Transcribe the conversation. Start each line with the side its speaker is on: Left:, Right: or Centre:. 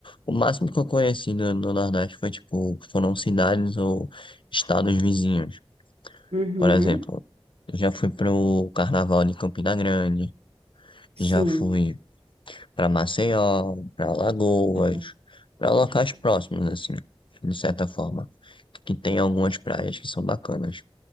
Left: O máximo que eu conheci do, do Nordeste foi, tipo, foram cidades ou estados vizinhos.
Right: Uhum.
Left: Por exemplo, eu já fui pro Carnaval de Campina Grande, já
Right: Sim.
Left: fui para Maceió, para Lagoas,
Right: Ah,
Left: para locais
Right: legal.
Left: próximos, assim, de certa forma, que tem algumas praias que são bacanas.